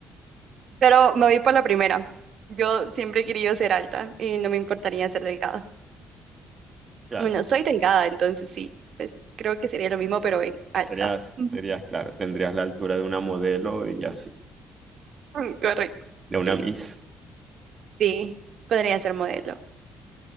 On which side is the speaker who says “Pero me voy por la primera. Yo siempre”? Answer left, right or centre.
Right